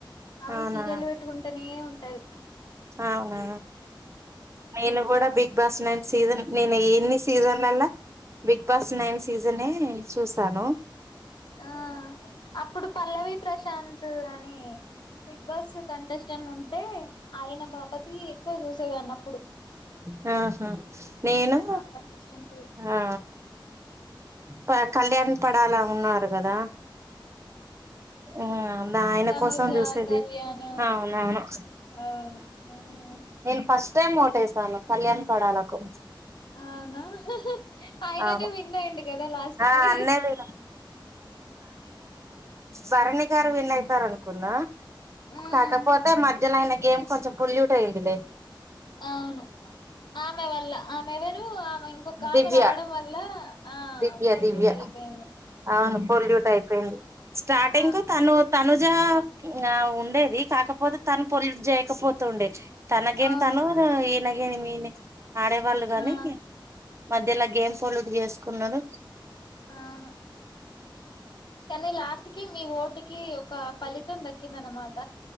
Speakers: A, on the left; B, on the right.
A: అవి
B: అవునా
A: సీరియల్ పెట్టుకుంటానే ఉంటది ఉంటాది
B: అవునా నేను కూడా big Bigg Boss nine season నేను ఎన్ని సీజన్లలా బిగ్ బాస్ నైన్ సీజనే చూసాను
A: ఆ అప్పుడు పల్లవి ప్రశాంతు అని బిగ్ బాస్ కంటెస్టెంట్ ఉంటే ఆయన బాపతి ఎక్కువ చూసేదాని అన్నప్పుడు
B: <unintelligible> నేను
A: ఆ కంటెస్టెంట్ వి
B: ఆ ప కళ్యాణ్ పడాలా ఉన్నారు కదా ఆ ఆయన
A: తనుజ,
B: కోసం చూసేది
A: కళ్యాణ్
B: అవునవును
A: అవును హ్మ్.
B: నేను ఫస్ట్ మేం ఓటేసనమ్ కళ్యాణ్ పడాలకు
A: అవునా ఉహ్ ఆయనే
B: అవును
A: విన్నాయుండు కదా లాస్ట్
B: ఆ
A: కి
B: అన్నది భర్ని భర్ని సార్ విన్ అయితారునుకున్నా
A: మ్మ్
B: కాకపోతే మధ్యలో అయన గేమ్ కొంచెం పొల్యూట్ అయిందిలే
A: అవును ఆమె వల్ల ఆమె ఎవరు ఆమె ఇంకొక ఆమె
B: దివ్య
A: రావడం వల్ల ఆ
B: దివ్య
A: పొల్యూట్
B: దివ్య
A: అయిపోయింది
B: అవును పొల్యూట్ అయిపోయింది స్టార్టింగ్
A: ఆ
B: కు తను తనుజ ఉ ఉండేది కాకపోతే తను పొల్యూట్ చేయకపోతుండేది తనగేం
A: అవును
B: తను ఈన ని మీనే ఆడే వాళ్ళుగానీ
A: ఆ
B: మధ్యలో గేమ్ పొల్యూట్ చే కున్నా డు
A: అవును కానీ లాస్ట్ కి మీ ఓట్ ఇటికి ఒక ఫలితం దక్కింద అనమాట